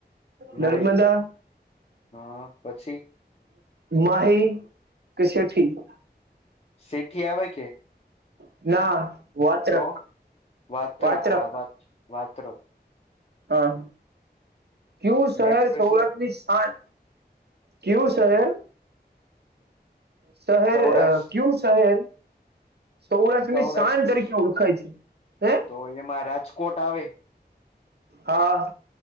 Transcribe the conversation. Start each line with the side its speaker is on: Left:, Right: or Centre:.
Right: નર્મદા
Left: નહી હા પછી
Right: માહી, <unintelligible>
Left: સથી આવેવે કે?
Right: ના. વાત્રક
Left: તો વાતત્ર
Right: વાત્રક
Left: ક વાત વાતત્ર.
Right: હા, કયું શહેર
Left: નેક્સ્ટ પ્રશ્ન
Right: સૌરાષ્ટ્રની શાન કેવું શહેર? શહેર
Left: સૌરાષ્ટ્ર
Right: ક્યુ શહેર સૌરાષ્ટ્રની
Left: સૌરાષ્ટ્રની
Right: સાંજ તરીકે
Left: જ.
Right: ઓળખાય છે? હે.
Left: તો એમાં રાજકોટ આવે.
Right: હા